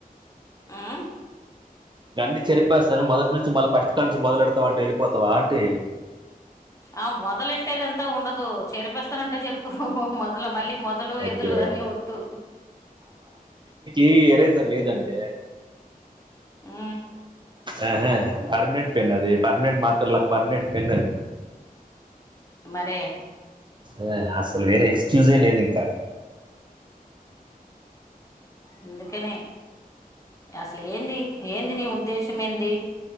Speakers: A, on the left (about 20°); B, on the right (about 30°).
A: ఆహ్.
B: అన్ని చెరిపేస్తాను మొదటి నుంచి మళ్ళీ ఫస్ట్ కాడు నుంచి మొదలుపెడుతాను అంటే వెళ్ళిపోతావా అంటీ.
A: ఆహ్ మొదలెట్టేదంతా ఉండదు చేరిపేస్తానంటే చెప్పు మొదలు. మళ్ళీ మొదలు
B: అదే
A: ఎదులు అవన్నీ వద్దు.
B: ఈ ఏరైజర్ లేదందే
A: ఆ
B: ఆహ పర్మనెంట్ పెన్ అది పర్మనెంట్ మార్కర్లా పర్మనెంట్ పెన్ అది
A: అరే
B: ఆ అస్సల్ వేరే ఎక్స్క్యూజే లేదు ఇంకా
A: అందుకనే అస్సలేంది ఏంది నీ ఉద్దేశం ఏంది